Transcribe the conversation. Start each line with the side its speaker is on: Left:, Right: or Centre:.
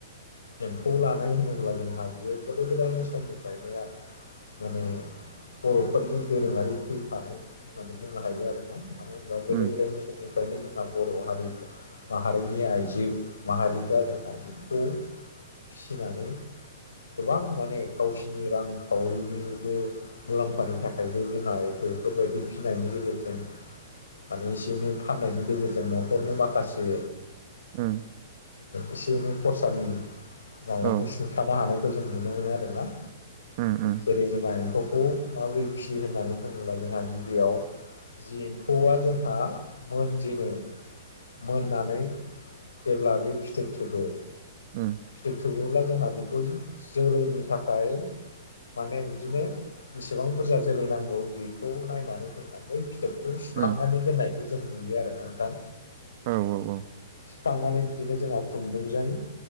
Left: एम्फौ लानाय होनोब्ला जोंहा बियो गोदो गोदायनि समनिफ्रायनो माने बर'फोरनि दोरोङारि फैफानाय होननानै बुंनो हायो आरोना मानो होनबा गोदो
Right: उम
Left: गोदायनि समनिफ्रायनो जोंना बर' हारिफ्रा माहारिनि आइजो माहारिफ्रा जोंहा बेखौ फिसिनानै गोबां माने गावसिनि रांखावरिनिबो मुलाम्फानि थाखायबो जोंहा बेफोरबायदि फिनायनि गेजेरजों माने एसे एनै फाननायनि गेजेरजों न'खरनि माखासे
Right: उम
Left: एसे एनै खरसानि माबाखौ
Right: उम
Left: सुंथानो हानायखौ जों नुनो मोनो आरोना।
Right: उम उम
Left: जेरै जोंहा एम्फौखौ माबोरै फिसियो होननानै बुङोब्ला जोंहा गिबियाव जि एम्फौआ जोंहा मोनजेनो मोननानै जेब्ला बे फिथोब थोबो
Right: ओ
Left: फिथोब थोबोब्ला जोंहा बेखौ जो-जोलैनि थाखाय माने बिदिनो बेसेबां बुरजा जोलै नांगौ बेखौ नायनानै जोंहा बै फिथोबखौ सुखांनानै
Right: उम
Left: दोननायखौ जों नुयो आरोना नोंथां।
Right: औ औ औ
Left: खांनानै बिदिनो जोंहा खुनदुंजों